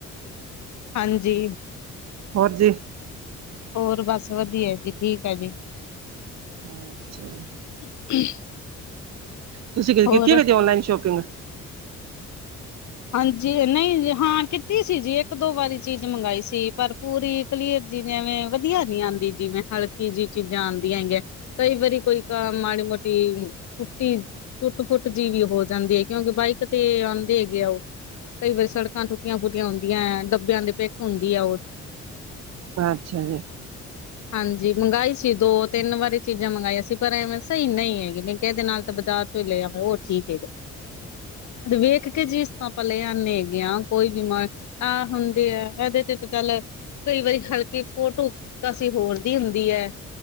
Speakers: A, on the left; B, on the right.
A: ਹਾਂਜੀ
B: ਹੋਰ ਜੀ।
A: ਹੋਰ ਬਸ ਵਧੀਆ ਜੀ ਠੀਕ ਹੈ ਜੀ।
B: ਅੱਛਾ ਜੀ।
A: <inaudible>
B: ਤੁਸੀਂ ਕਿ
A: ਹੋਰ
B: ਕੀਤੀਆਂ ਕਦੀ ਔਨਲਾਈਨ ਸ਼ੋਪਿੰਗ
A: ਹਾਂਜੀ ਨਹੀਂ ਹਾਂ ਕੀਤੀ ਸੀ ਜੀ ਇੱਕ ਦੋ ਵਾਰੀ ਚੀਜ਼ ਮੰਗਾਈ ਸੀ ਪਰ ਪੂਰੀ ਕਲੀਅਰ ਜੀਵੇਂ ਵਧੀਆ ਨੀ ਆਂਦੀ ਜਿਵੇਂ ਹਲਕੀ ਜਿਹੀ ਚੀਜ਼ਾਂ ਆਂਦੀਆਂ ਹੈਗੀਆਂ। ਕਈ ਵਾਰੀ ਕੋਈ ਕ ਮੜੀ ਮੋਟੀ ਕੁੱਟੀ ਟੁੱਟ ਫੁੱਟ ਜਿਹੀ ਵੀ ਹੋ ਜਾਂਦੀ ਹੈ ਕਿਉਂਕਿ ਬਾਈਕ ਤੇ ਆਉਂਦੇ ਹੈਗੇ ਆ ਉਹ ਕਈ ਵਾਰੀ ਸੜਕਾਂ ਟੁੱਟੀਆਂ ਫੁਟੀਆਂ ਹੁੰਦੀਆਂ ਹੈ ਡੱਬਿਆਂ ਦੇ ਪਿੱਕ ਹੁੰਦੀ ਹੈ ਉਹ
B: ਅੱਛਾ ਜੀ।
A: <inaudible> ਹਾਂਜੀ ਮੰਗਵਾਈ ਸੀ ਦੋ ਤਿੰਨ ਵਾਰੀ ਚੀਜ਼ਾਂ ਮੰਗਾਈਆਂ ਸੀ ਪਰ ਐਵੇਂ ਸਹੀ ਨਹੀਂ ਹੈਗੀ ਮੈਂ ਕਹਿ ਦੇ ਨਾਲ ਤਾਂ ਬਾਜ਼ਾਰ ਲੈ ਆ ਉਹ ਠੀਕ ਹੈਗਾ ਵੇਖ ਕੇ ਜੀ ਸਮ ਲਏ ਆਨੇ ਹੈਗੇ ਕੋਈ ਬਿਮਾਰ ਆਹ ਹੁੰਦੇ ਆ ਇਹਦੇ ਤੇ ਚੱਲ ਕਈ ਵਾਰੀ ਹਲਕੀ ਫੋਟੋ ਕਾਸੀ ਹੋਰ ਦੀ ਹੁੰਦੀ ਹੈ।